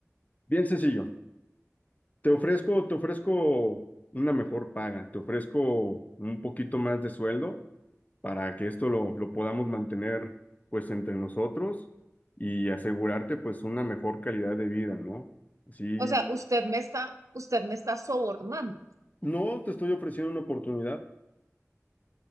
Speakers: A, on the left (about 30°); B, on the right (about 80°).
A: bien sencillo. Te ofrezco, te ofrezco una mejor paga, te ofrezco un poquito más de sueldo para que esto lo, lo podamos mantener pues entre nosotros y asegurarte pues una mejor calidad de vida, ¿no? Así,
B: o sea, usted me está, usted me está sobornando.
A: no te estoy ofreciendo una oportunidad,